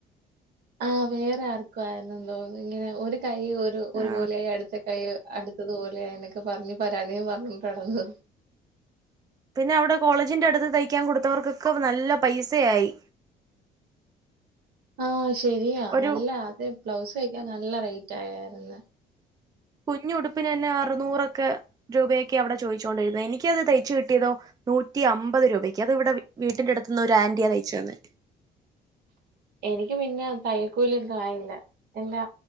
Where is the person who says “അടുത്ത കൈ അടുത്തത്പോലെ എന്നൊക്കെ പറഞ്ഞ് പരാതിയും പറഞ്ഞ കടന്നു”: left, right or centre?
Right